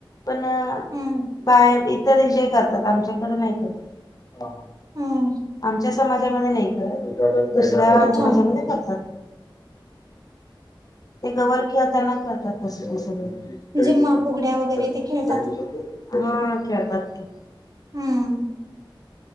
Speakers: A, on the left (about 45°); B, on the right (about 45°).
A: पण
B: हम्म
A: बाया तरी जय करतात. आमच्याकडे नाही करत.
B: हूं....
A: आमच्या समाजामध्ये नाही करत. दुसऱ्या
B: अच्छा
A: समाजामध्ये करतात. ते, गवर खेळताना खेळतात <inaudible> तसं ते सगळे
B: जिम्मा फुगड्या वगैरे ते खेळतात
A: <inaudible> हा खेळतात की,
B: हूं...